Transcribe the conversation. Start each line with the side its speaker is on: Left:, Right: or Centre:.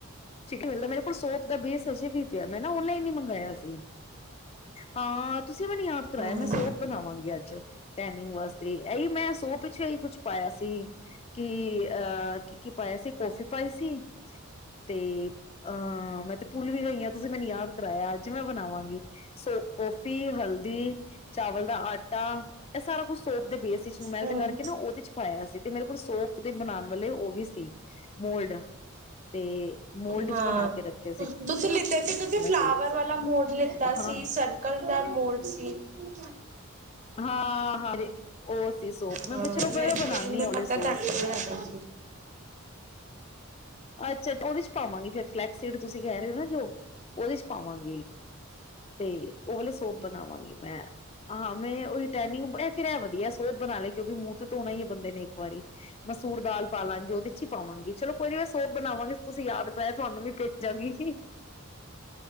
Left: ਮਿਲਦਾ ਮੇਰੇ ਕੋਲ ਸੋਪ ਦਾ ਬੇਸ ਅਜੇ ਵੀ ਪਿਆ ਮੈਂ ਨਾ ਓਨਲਾਈਨ ਹੀ ਮੰਗਵਾਆ ਸੀ, ਹਾਂ ਤੁਸੀਂ ਮੈਂਨੂੰ ਯਾਦ ਕਰਾਈਆ
Right: ਹੂੰ
Left: ਮੈਂ ਸੋਪ ਬਣਾਵਾਂਗੀ ਅੱਜ ਟੈਨਿੰਗ ਵਾਸਤੇ ਇਹੀ ਮੈਂ ਸੋਪ ਵਿਚ ਵੀ ਇਹ ਕੁੱਛ ਪਾਇਆ ਸੀ ਕਿ ਅਹ ਕੀ- ਕੀ ਪਾਇਆ ਸੀ ਕੋਫੀ ਪਾਈ ਸੀ ਤੇ ਆਹ ਮੈਂ ਤੇ ਭੁੱਲ ਵੀ ਗਈ ਆ, ਤੁਸੀਂ ਮੈਨੂੰ ਯਾਦ ਕਰਾਇਆ ਅੱਜ ਮੈਂ ਬਨਾਵਾਂਗੀ ਸੋ ਕੌਫੀ, ਹਲਦੀ, ਚਾਵਲ ਦਾ ਆਟਾ, ਇਹ ਸਾਰਾ ਕੁਛ ਸੋਪ ਦੇ ਬੇਸ ਵਿਚ ਮੈਲਟ
Right: ਹੂੰ।
Left: ਕਰਕੇ ਨਾ ਉਹਦੇ ਚ ਪਾਇਆ ਸੀ ਤੇ ਮੇਰੇ ਕੋਲ ਸੋਪ ਦੇ ਬਣਾਉਣ ਵਾਲੇ ਵੀ ਸੀ ਮੋਲਡ ਤੇ ਮੋਲਡ
Right: ਹਾਂ,
Left: ਚ ਬਣਾ ਕੇ ਰੱਖੇ ਸੀ
Right: ਤੁਸੀਂ ਲਿਤੇ ਸੀ ਤੁਸੀਂ
Left: ਮੈਂ
Right: ਫਲਾਵਰ
Left: ਸੋਪ
Right: ਵਾਲਾ ਮੋਲਡ ਲਿੱਤਾ
Left: ਹਾਂ
Right: ਸੀ, ਸਰਕਲ ਦਾ ਮੋਲਡ ਸੀ। ਹੋ <inaudible>
Left: ਹਾਂ ਹਾਂ ਉਹ ਸੀ ਸੋਪ ਮੈਂ
Right: ਹਾਂ ਮ
Left: ਚਲੋ ਬ
Right: ਮੈਨੂੰ
Left: ਬਣਾਉਦੀ ਆ ਓਲੇ
Right: ਪਤਾ
Left: ਸੋਪ
Right: ਤੁਹਾਡੇ ਕੋਲ ਹੈਗਾ।
Left: ਅੱਛਾ ਉਹਦੇ ਚ ਪਾਵਾਂਗੀ ਫਲੈਕਸੀਡ, ਤੁਸੀ ਕਹਿ ਰਹੇ ਹੋ ਨਾ ਜੋ ਉਹਦੇ ਚ ਪਾਵਾਂਗੀ ਤੇ ਉਹ ਵਾਲੇ ਸੋਪ ਬਣਾਵਾਂਗੀ, ਮੈਂ ਹ ਮੈਂ ਉਹੀ ਟਨਿੰਗ ਫਿਰ ਇਹ ਵਧੀਆ ਸੋਪ ਬਣਾ ਲੈ ਕਿਉਂਕਿ ਮ ਧੋਣਾ ਹੀ ਆ, ਬੰਦੇ ਨੇ ਇੱਕ ਵਾਰੀ ਮਸੂਰ ਦਾਲ ਪਾਲਾਂਗੇ, ਉਹਦੇ ਚ ਹੀ ਪਾਵਾਂਗੇ। ਚਲੋ ਕੋਈ ਨੀ ਸੋਪ ਬਣਾਵਾਂਗੀ ਤੁਸੀਂ ਯਾਦ ਕਰਾਇਆ ਤੁਹਾਨੂੰ ਵੀ ਭੇਜਾਂਗੀ